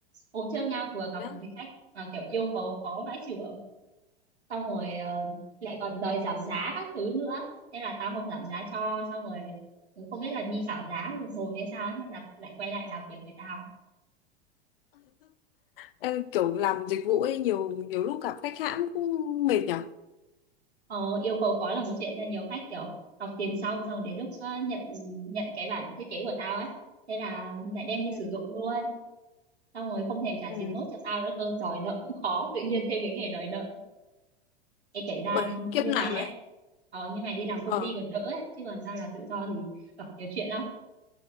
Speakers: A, on the right (about 85°); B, on the left (about 60°).
A: Hôm trước nha, vừa gặp
B: thế á
A: một cái khách mà kiểu yêu cầu khó vãi chưởng, xong rồi ờ, lại còn đòi giảm giá các thứ nữa. Thế là tao không giảm giá cho, xong rồi không biết là đi khảo giá một hồi hay sao, thế là lại quay lại làm việc với tao
B: Ê, kiểu làm dịch vụ ấy nhiều nhiều lúc gặp khách hãng cũng mệt nhở
A: Ờ, yêu cầu khó là một chuyện nha nhiều khách kiểu học tiền sau xong đến lúc ờ, nhận nhận cái bản thiết kế của tao ấy thế là lại đem đi
B: Ừ.
A: sử dụng luôn xong rồi không thèm trả
B: ừ.
A: tiền nốt cho tao nữa cơ đòi nợ cũng khó tự nhiên thêm cái nghề đòi nợ cái kể ra
B: Ui,
A: như
B: kiếp nạn
A: mày ấy
B: mày.
A: ờ, như mày đi làm công
B: Ờ,
A: ty còn đỡ ấy chứ còn tao là tự do thì gặp nhiều chuyện lắm